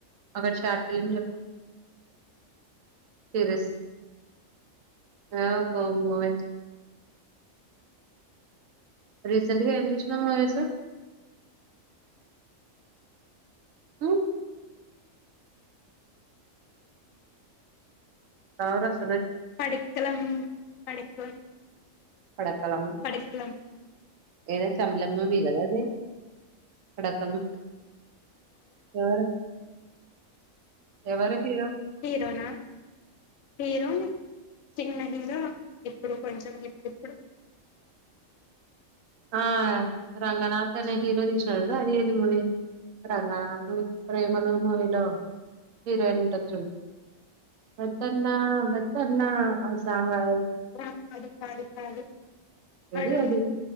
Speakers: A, on the right (about 75°); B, on the left (about 80°).
A: ఒకటి షార్ట్ ఫిలిమ్ చెప్పు చేరస్ ఏ ఓ మోయి రీసెంట్ గా ఏం చూసినవ్ మూవీస్ ఆ చౌరస్త్
B: <unintelligible>
A: పడకలం
B: పడిక్కలం
A: ఏద <unintelligible> అదే కడక్కలం ఎవరు ఎవరు హీరో
B: హీరోనా హీరో చిన్న హీరో ఇప్పుడు కొంచెం ఇప్పుడు
A: ఆ రంగనాధనే హీరో తీసినాడు అది ఏది మూవీ రంగనాథ్ ప్రేమలు మూవీలో హీరోయిన్ ఉంటది చూడు వద్దన్నా వద్దన్నా ఆ సాంగ్ అ
B: ఆ కాదు కాదు కాదు కడు
A: ఏది అది